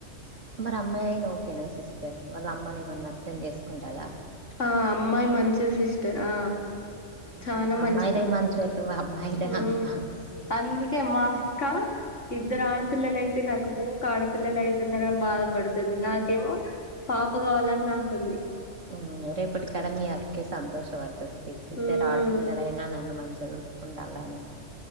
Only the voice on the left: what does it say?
ఆ అమ్మాయ్ మంచిది సిస్టర్ ఆ
చానా
మంచిది
ఉమ్
అంద్ కె మా అక్క ఇద్దరాడపిల్లలైతే నాకు ఊక ఆడపిల్లలైతున్నరని బాదపడుతది నాకేమో పాప గావాలని నాకుంది
మ్మ్